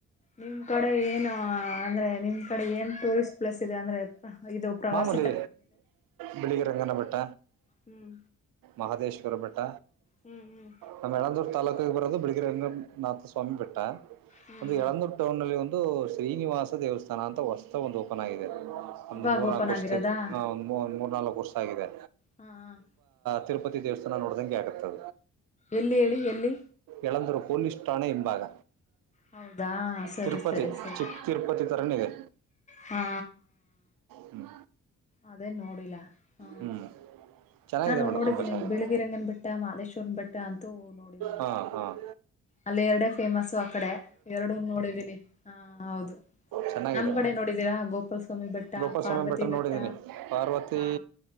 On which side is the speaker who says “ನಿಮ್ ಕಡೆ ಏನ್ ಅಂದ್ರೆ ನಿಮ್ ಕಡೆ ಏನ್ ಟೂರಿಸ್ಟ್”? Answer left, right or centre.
Left